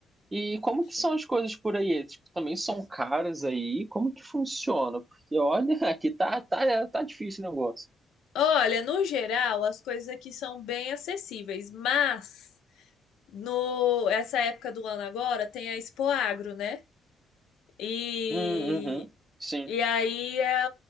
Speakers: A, on the right; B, on the left.
A: E como
B: Sim.
A: que são as coisas por aí? Tipo, também são caras aí? Como que funciona? Porque olha, <laughs> aqui tá, tá, tá difícil o negócio.
B: Olha, no geral, as coisas aqui são bem acessíveis, mas no essa época do ano agora tem a Expo Agro, né? E,
A: Hum, Uhum, sim,
B: e aí é,